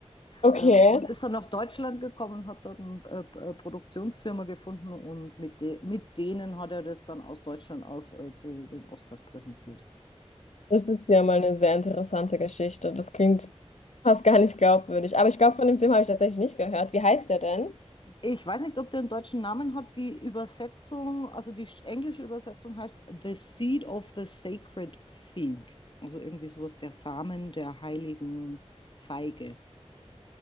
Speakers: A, on the left; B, on the left.
A: Okay.
B: Äh, Und ist dann nach Deutschland gekommen, hat dort eine äh, äh, Produktionsfirma gefunden und mit, de mit denen hat er das dann aus Deutschland aus äh, zu den Oscars präsentiert.
A: Das ist ja mal eine sehr interessante Geschichte. Das klingt fast gar nicht glaubwürdig. Aber ich glaube, von dem Film habe ich tatsächlich nicht gehört. Wie heißt der denn?
B: Ich weiß nicht, ob der einen deutschen Namen hat. Die Übersetzung, also die sch- englische Übersetzung heißt The Seed of the Sacred Fig. Also irgendwie sowas, der Samen der heiligen Feige.